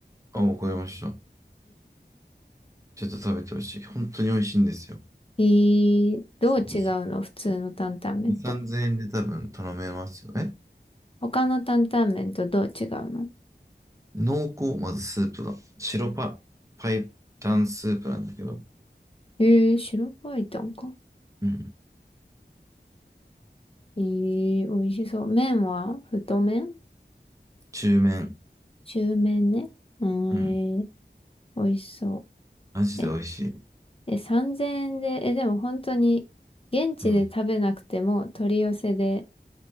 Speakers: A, on the right; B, on the left.
A: あ、わかりました。ちょっと食べてほしい。本当に美味しいんですよ。ぜ
B: えー、どう違うの普通の担々麺と。
A: ひぜひ。2、3000円で多分頼めますよね。
B: 他の担々麺とどう違うの
A: 濃厚、まずスープが。白パ、パイタンスープなんだけど。
B: えー、白バイタンか。
A: うん。
B: えー、美味しそう。麺は太麺
A: 中麺。
B: 中麺ね。うーん、
A: うん。
B: えー美味しそ
A: マジで美味しい。
B: う。ええ、3000円で、え、でも本当に現地で食べなくても取り寄せで
A: うん。